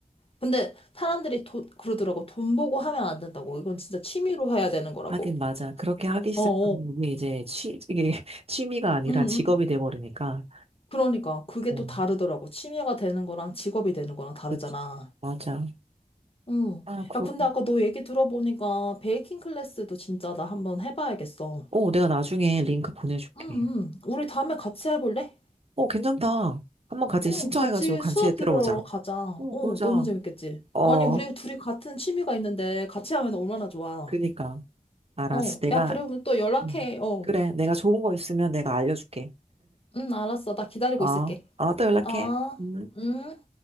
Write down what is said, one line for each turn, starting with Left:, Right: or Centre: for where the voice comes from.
Left: 근데 사람들이 돈 그러더라고. 돈 보고 하면 안 된다고. 이건 진짜 취미로 해야 되는 거라고.
Right: 하긴 맞아. 그렇게 하기 시작하면
Left: 어어
Right: 이게 이제 취, 이게 <laughs> 취미가 아니라
Left: 응,
Right: 직업이
Left: 응.
Right: 돼버리니까.
Left: 그러니까 그게
Right: 음,
Left: 또 다르더라고. 취미가 되는 거랑 직업이 되는 거랑 다르잖아.
Right: 그치. 맞아.
Left: 응.
Right: 아, 그렇
Left: 야, 근데 아까 너 얘기 들어보니까 베이킹 클래스도 진짜 나 한번 해봐야겠어.
Right: 어, 내가 나중에 링크 보내줄게.
Left: 응, 응. 우리 다음에 같이 해볼래?
Right: 어, 괜찮다. 한번 같이 신청해가지고
Left: 응, 같이
Right: 같이
Left: 수업
Right: 들어보자.
Left: 들으러 가자.
Right: 어,
Left: 어,
Right: 그러자.
Left: 너무 재밌겠지?
Right: 어,
Left: 아니, 우리 둘이 같은 취미가 있는데 같이 하면 얼마나 좋아.
Right: 그니까. 알았어.
Left: 어,
Right: 내가,
Left: 야, 그러면 또 연락해.
Right: 음.
Left: 어.
Right: 그래. 내가 좋은 거 있으면 내가 알려줄게.
Left: 응, 알았어. 나 기다리고
Right: 어,
Left: 있을게.
Right: 어, 또 연락해.
Left: 아,
Right: 음.
Left: 응.